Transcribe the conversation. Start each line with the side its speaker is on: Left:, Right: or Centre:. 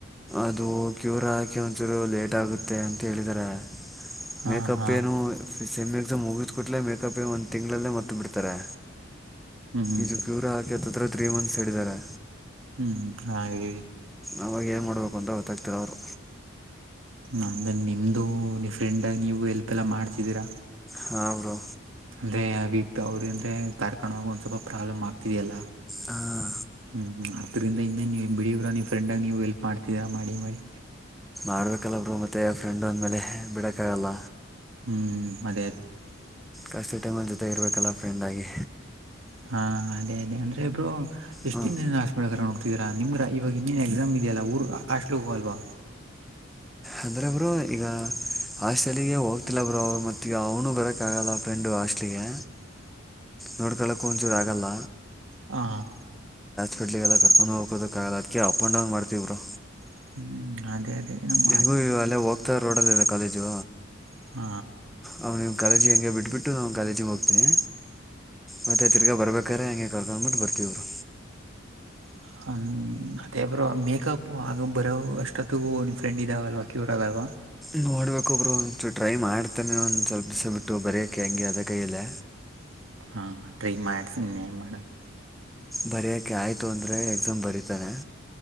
Centre: ಅದು ಕ್ಯೂರ್ ಹಾಗಕ್ಕೆ ಒಂಚೂರು ಲೇಟ್ ಆಗುತ್ತೆ ಅಂತ ಹೇಳಿದಾರೆ ಮೇಕಪ್ಪೇನು
Right: ಹಾ ಹಾ
Centre: ಸೆಮ್ ಎಕ್ಸಮ್ ಮುಗುದ್ ಕುಟ್ಲೆ ಮೆಕ್ಕಪ್ಪಿಗ್ ಒಂದ್ ತಿಂಗ್ಳಲ್ಲೇ ಮತ್ ಬಿಡ್ತರೆ,
Right: ಹ್ಮ್ ಹ್ಮ್
Centre: ಇದು ಪ್ಯೂರ್ ಅತ್ ಅತ್ರ ತ್ರೀ ಮಂತ್ಸ್ ಹೇಳಿದರೆ
Right: ಹ್ಮ್ ಹಾಗ್ ಹೇಳಿ.
Centre: ಅವಾಗ್ ಏನ್ ಮಾಡ್ಬೇಕು ಅಂತ ಗೊತ್ತಾಗ್ತಿರೋರು.
Right: ನಮ್ದೆನ್ ನಿಮ್ದು ನೀವ್ ಫ್ರೆಂಡ್ ಆಗಿ ನೀವು ಎಲ್ಪ್ ಎಲ್ಲಾ ಮಾಡ್ತಿದ್ದೀರಾ?
Centre: ಹಾ ಬ್ರೋ
Right: ಅಂದ್ರೆ ಅವ ಅವ್ರ ಅಂದ್ರೆ ಕಾರ್ ಕೊಂಡ ಹೋಗ ಒಂದ್ ಸ್ವಲ್ಪ ಪ್ರಾಬ್ಲಮ್ ಆಗ್ತಿದೆಯಲ್ಲಾ
Centre: ಹಾಂ
Right: ಹ್ಮ್ ಹ್ಮ್ ಅದ್ರಿಂದ ಇನ್ನೇನ್ ನಿ ಬಿಡಿ ಬ್ರೊ ನಿಮ್ ಫ್ರೆಂಡಾಗ್ ನೀವು ಹೆಲ್ಪ್ ಮಾಡ್ತಿರ ಮಾಡಿ ಮಾಡಿ.
Centre: ಮಾಡ್ಬೇಕಲ್ಲ ಬ್ರೊ ಮತ್ತೆ ಫ್ರೆಂಡು ಅಂದ್ಮೇಲೆ ಬಿಡಕ್ಕಾಗಲ್ಲ.
Right: ಹ್ಮ ಅದೇ ಅದೇ.
Centre: ಕಷ್ಟುದ್ ಟೈಮಲ್ ಜೊತೆಗಿರ್ಬೇಕಲ್ಲ ಫ್ರೆಂಡಾಗಿ
Right: ಹಾ ಅದೇ ಅದೆ ಅಂದ್ರೆ ಬ್ರೊ <unintelligible>
Centre: ಹ್ಞೂ
Right: ದಿನ <unintelligible> <unintelligible> ನಿಮ್ಗ್ರ ಇವಾಗ ಇನ್ನೇನ್ ಎಕ್ಸಾಮ್ ಇದಿಯಲ್ಲ ಊರ್ ಹಾಸ್ಟ್ಲುಗ್ ಹೋಗಲ್ವಾ?
Centre: ಅಂದ್ರೆೆ ಬ್ರೊ ಈಗ ಹಾಸ್ಟೆಲಿಗೆ ಹೋಗ್ತಿಲ್ಲ ಬ್ರೊ ಅವ್ರ್ ಮತ್ತಿಗ ಅವ್ನು ಬರಕ್ಕ ಆಗಲ್ಲ. ಫ್ರೆಂಡು ಹಾಸ್ಟ್ಲಿಗೆ ನೋಡ್ಕೊಳ್ಳಕ್ಕೂ ಒಂಚೂರು ಆಗಲ್ಲ
Right: ಹಾ
Centre: ಕಡ್ಲಿಿಗೆಲ್ಲ ಕರ್ಕೊಂಡು ಹೋಗೋ ಕಲ್ಲ ಅದಕ ಅಪ್ ಅಂಡ ಡೌನ್ ಮಾಡ್ತಿವ್ರು
Right: ಹ್ಮ್ ಅದೇ ಅದೇ ನಮ್ಮ
Centre: ಹೆಗೂ ಅಲ್ಲೇ ಹೋಗ್ತಾ ರೋಡಲ್ಲಿ ಇಲ್ಲ ಕಾಲೇಜು
Right: ಹಾ
Centre: ಅವ ನೀವು ಕಾಲೇಜಿಗೆ ಹಂಗೆ ಬಿಟ್ಬಿಟ್ಟು ನಾನು ಕಾಲೇಜಿಗೆ ಹೋಗ್ತೀನಿ ಮತ್ತೆ ತಿರ್ಗಾ ಬರ್ಬೇಕಾರ್ರೆ ಹಂಗೆ ಕರ್ಕ್ಬಿಟ್ಟು ಬರ್ತವ್ರು
Right: ಹ್ಮ ಹ ಮತ್ತೇಬ್ರು ಮೇಕಪ್ ಆಗ ಬರೋ ಅಷ್ಟೊತ್ತ ನಿ್ ಫ್ರೆಂಡ್ ಇದಾಗಲ್ವಾ ಕ್ಯೂರ್ ಆಗಲ್ವಾ
Centre: ನೋಡ್ಬೇಕೊಬ್ರು ಒಂು ಟ್ರೈ ಮಾಡ್ತಾನೆ ಒಂದ್ ಸ್ವಲ್ಪ ದಿವಸ ಬಿಟ್ಟು ಬರಯಕೆ ಹೆಂಗೆ ಅದ ಕೈಯಲ್ಲ
Right: ಹಾ ಟ್ರೀ ಮಾಡ್ತೀನಿ ಏನ್ ಮಾಡಕ್
Centre: ಬರೆಯೋಕೆ ಆಯ್ತು ಅಂದರೆ ಎಕ್ಸಾಮ್ ಬರತಾನೆ